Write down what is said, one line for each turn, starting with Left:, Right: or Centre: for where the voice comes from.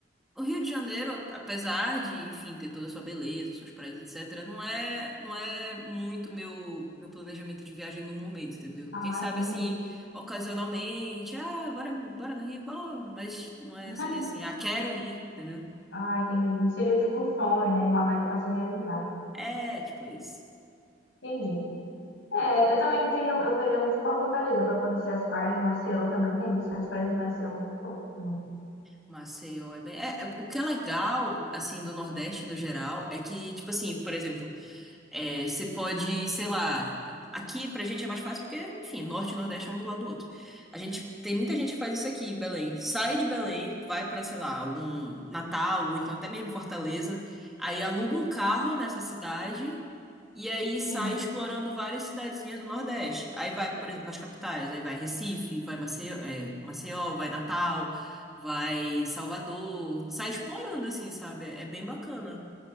Centre: o Rio de Janeiro, apesar de, enfim, ter toda a sua beleza, suas praias, etc., não é, não é muito meu meu planejamento de viagem no momento, entendeu?
Left: ah,
Centre: Quem sabe
Left: entendi.
Centre: assim, ocasionalmente, ah, bora, bora no Rio, bora, mas não é,
Left: <laughs>
Centre: seria assim, ah, quero ir, entendeu?
Left: Ah, entendi. Não seria tipo um sonho, né? Uma meta pra se realizar.
Centre: É, tipo isso.
Left: Entendi. É, eu também queria, eu queria muito ir pra Fortaleza pra conhecer as praias de Maceió também, né? Diz que as praias de Maceió são muito top, né?
Centre: Maceió é, bem- é- é- o que é legal assim do Nordeste no geral é que tipo assim por exemplo é, você pode sei lá aqui pra gente é mais fácil porque enfim Norte e Nordeste é um do lado do outro a gente tem muita gente que faz isso aqui em Belém sai de Belém vai pra, sei lá um Natal ou então até mesmo Fortaleza aí aluga um carro nessa cidade e aí sai
Left: Sim.
Centre: explorando várias cidadezinhas do Nordeste. Aí vai, por exemplo, as capitais. Aí vai Recife, vai Maceió, é, Maceió, vai Natal, vai Salvador. Sai explorando, assim, sabe? É bem bacana.